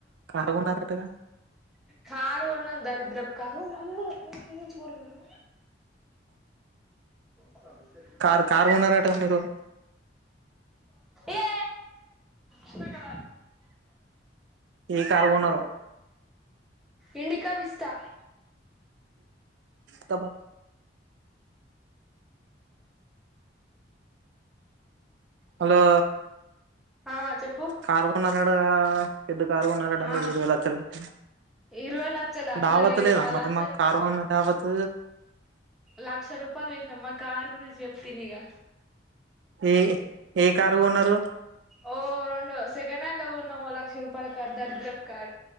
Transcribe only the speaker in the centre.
కారు అన్న దరద్రప్ కారుమ్జరురు కా
ఏ ష్ాల
ఇండికా విస్తా
ఆ చెప్
ఆ
ఇరవై లక్షల అంత
లేదు
మా
లక్ష
లక్ష రూపాయల్ పెట్టినం మ కార్ గురించి చెప్త విను ఇగ
ఓ రెండు సెకండ్ హ్యాండ్ ల కొన్నాం ఓ లక్ష రూపాయల కార్ దరిద్రప్ కార్